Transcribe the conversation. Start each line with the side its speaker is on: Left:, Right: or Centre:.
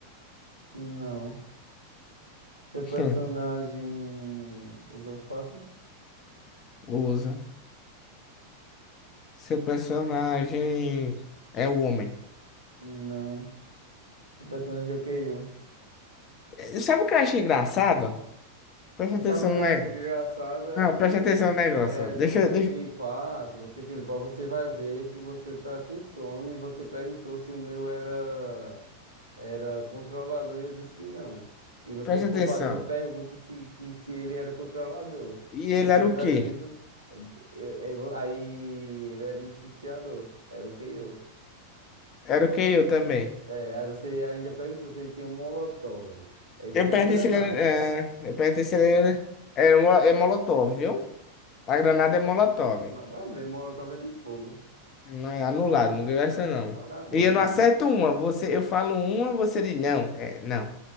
Right: Não. Seu personagem
Left: Hum,
Right: usa faca?
Left: Usa. Seu personagem é o homem.
Right: Não. Seu personagem é o KO.
Left: Eh, Sabe o que eu acho engraçado? Presta
Right: Não
Left: atenção
Right: sabe o
Left: no
Right: que eu
Left: negócio.
Right: acho engraçado? É
Left: Não,
Right: quando,
Left: presta atenção no negócio.
Right: é,
Left: Deixa,
Right: se você
Left: deixa...
Right: clipar, se você clipar, você vai ver que você tá com sono e você perguntou se o meu era, era controlador e eu disse que não. E você
Left: Presta
Right: ficou
Left: atenção.
Right: fazendo perguntas se, que se ele era controlador.
Left: E
Right: Como
Left: ele
Right: se
Left: era
Right: eu tivesse
Left: o quê?
Right: dito. eu- eu- aí ele era iniciador, era o KO.
Left: Era o que eu também.
Right: É, aí você ainda perguntou se ele tinha Molotov. Ele
Left: Eu
Right: tem uma
Left: perguntei
Right: granada.
Left: se ele era. É, eu perguntei se ele era. Era mo- é Molotov, viu? A granada é Molotov.
Right: Nada a ver, Molotov é de fogo.
Left: Não é anulado, não ganhou essa não.
Right: Parabéns.
Left: E eu não acerto uma. Você, eu falo uma, você diz não. É, não.